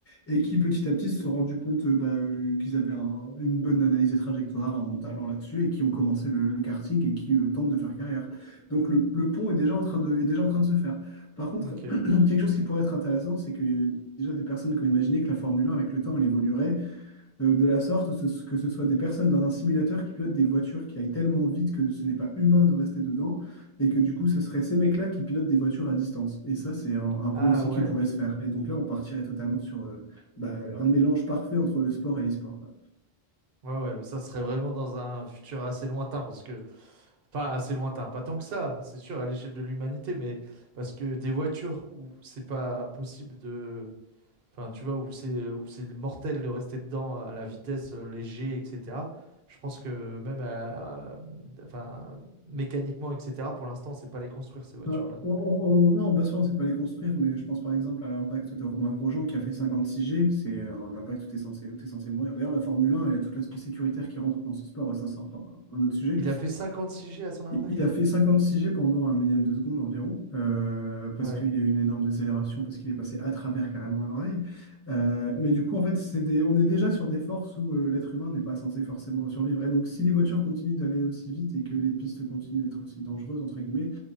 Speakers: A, on the left; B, on the right.
A: et qui petit à petit se sont rendus compte euh, bah, euh, qu'ils avaient un- une bonne analyse des trajectoires, un bon talent là-dessus et qui ont commencé le, le karting et qui euh, tentent de faire carrière. Donc le, le pont est déjà en train de, est déjà en train de se faire. Par contre,
B: ok.
A: <clears throat> quelque chose qui pourrait être intéressant, c'est qu'il y a eu déjà des personnes qui ont imaginé que la Formule 1 avec le temps, elle évoluerait euh, de la sorte, ce- que ce soit des personnes dans un simulateur qui pilotent des voitures qui aillent tellement vite que ce n'est pas humain de rester dedans, et que du coup, ce serait ces mecs-là qui pilotent des voitures à distance. Et ça, c'est un, un pont
B: Ah
A: aussi
B: ouais,
A: qui pourrait se faire. Et donc là, on partirait totalement sur euh, bah, un mélange parfait entre le sport et l'e-sport. quoi.
B: ouais, ouais, mais ça serait vraiment dans un futur assez lointain, parce que, enfin, assez lointain, pas tant que ça, c'est sûr, à l'échelle de l'humanité, mais parce que des voitures où c'est pas possible de, enfin, tu vois, où c'est où c'est mortel de rester dedans à la vitesse euh, les G, etc. Je pense que même, euh, enfin, mécaniquement, etc. Pour l'instant, on sait pas les construire ces voitures-là,
A: Bah,
B: donc.
A: on- on-
B: euh.
A: on- non, bien sûr, on ne sait pas les construire, mais je pense par exemple à l'impact de Romain Grosjean qui a fait 56G. C'est un impact où tu es censé, où t'es censé mourir. D'ailleurs, la Formule 1, il y a tout l'aspect sécuritaire qui rentre dans ce sport, et ça, c'est encore un un autre sujet.
B: Il a fait 56 G à son impact.
A: Il il a fait 56 G pendant un millième de seconde environ, euh, parce
B: Ouais,
A: qu'il y a eu une énorme décélération, parce qu'il est passé à travers carrément l'oreille. Euh, mais du coup, en fait, c'est des- on est déjà sur des forces où euh, l'être humain n'est pas censé forcément survivre. Et donc, si les voitures continuent d'aller aussi vite et que les pistes continuent d'être aussi dangereuses, entre guillemets,